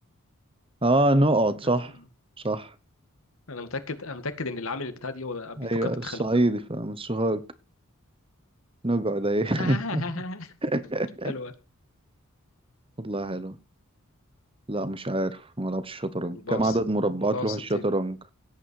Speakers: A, on the right; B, on the left.
A: اه نقعد صح
B: مم.
A: صح
B: انا متأكد انا متأكد ان العامل بتاع دي هو بيفكر
A: ايوه
B: بالتخلف
A: الصعيدي
B: ده
A: فمن سوهاج نقعد ايوه
B: <laughs>
A: <laughs>
B: حلوة
A: والله حلو لا مش عارف ما لعبش شطرنج
B: باص
A: كم عدد مربعات
B: باص
A: لوح الشطرنج
B: 60